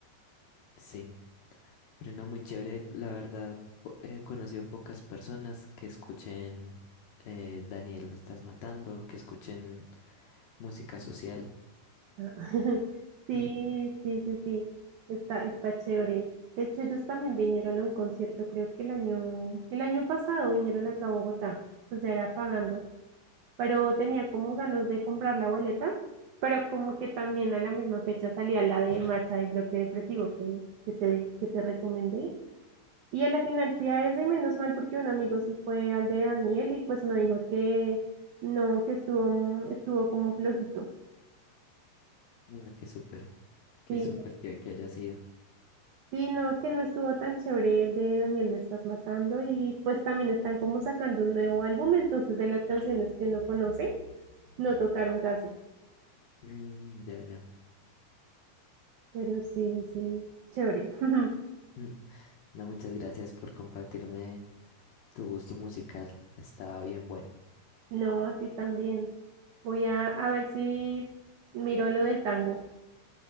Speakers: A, on the left; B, on the right.
A: Sí, pero no muy chévere. La verdad, po- he conocido pocas personas que escuchen eh, Daniel, me estás matando, que escuchen música social.
B: <laughs> Sí,
A: Mm.
B: sí, sí, sí, está, está chévere. De hecho, ellos también vinieron a un concierto, creo que el año, el año pasado vinieron acá a Bogotá, pues ya era pagando, pero tenía como ganas de comprar la boleta, pero como que también a la misma fecha salía la de Macha y Bloque Depresivo que, que te, que te recomendé. Y a la final fui a esa y menos mal porque un amigo sí fue al de Daniel y pues me dijo que no, que estuvo, estuvo como flojito.
A: Ah, qué súper, qué
B: Sí,
A: súper que, que haya sido.
B: Sí, no, que no estuvo tan chévere el de Daniel Me Estás Matando y pues también están como sacando un nuevo álbum, entonces de las canciones que uno conoce, no tocaron casi,
A: Mm, ya, ya.
B: pero sí, sí, chévere. <laughs>
A: Mm. No, muchas gracias por compartirme tu gusto musical. Estaba bien bueno.
B: No, a ti también. Voy a, a ver si miro lo del tango,